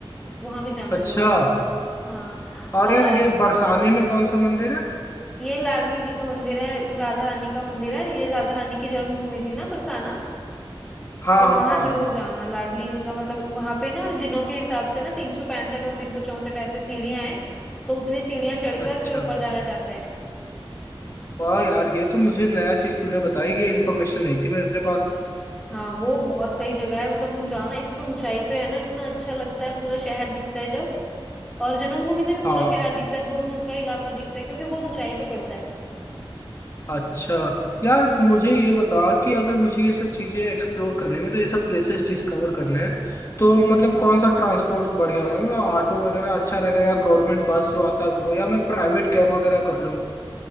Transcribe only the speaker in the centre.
वहां भी जाना
जरूर हाँ
और
ये लाडली जी का मंदिर है राधा रानी का मंदिर है ये राधा रानी की जन्मभूमि थी ना बरसाना
तो
वहां
जरूर जाना लाडली जी का मतलब वहां पे ना दिनों के हिसाब से ना तीन सौ पैंसठ और तीन सौ चौसठ ऐसे सीढ़ियां हैं तो उतनी सीढ़ियां चढ़कर
फिर ऊपर जाया जाता है
हाँ वो बहुत सही जगह है मतलब तुम जाना इतना ऊंचाई पे है ना इतना अच्छा लगता है पूरा शहर दिखता है जब और जन्मभूमि से भी पूरा
शहर दिखता है दूर दूर का इलाका दिखता है क्योंकि बहुत ऊंचाई पे पड़ता है
हम्म
हम्म